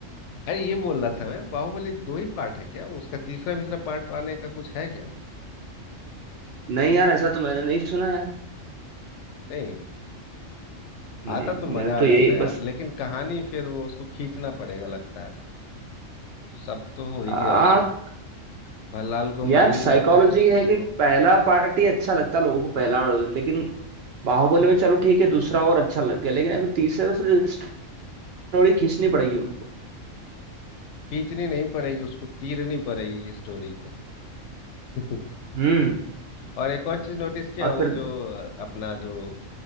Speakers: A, on the left; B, on the right.
A: अरे ये बोल रहा था मैं बाहुबली दो ही पार्ट है क्या उसका तीसरा तीसरा पार्ट आने का कुछ है क्या
B: नहीं यार ऐसा तो मैंने नहीं सुना
A: नहीं
B: नहीं
A: आता तो मजा
B: मैंने तो
A: आ जाता
B: यही
A: है यार
B: बस
A: लेकिन कहानी फिर वो उसको खींचना पड़ेगा लगता है सब तो हो ही
B: आ
A: गया उसमें भल्लाल को
B: यार
A: मार ही
B: साइकोलॉजी
A: दिया तो फिर
B: है
A: किसको
B: कि पहला पार्ट ही अच्छा लगता लोगों को पहला लेकिन बाहुबली में चलो ठीक है दूसरा और अच्छा लग गया लेकिन अब तीसरे तो फिर स्टोरी खींचनी पड़ेगी उनको
A: खींचनी नहीं पड़ेगी उसको तीरनी पड़ेगी स्टोरी को <laughs>
B: हम्म
A: और एक और चीज नोटिस किया
B: और
A: वो
B: फिर
A: जो अ, अपना जो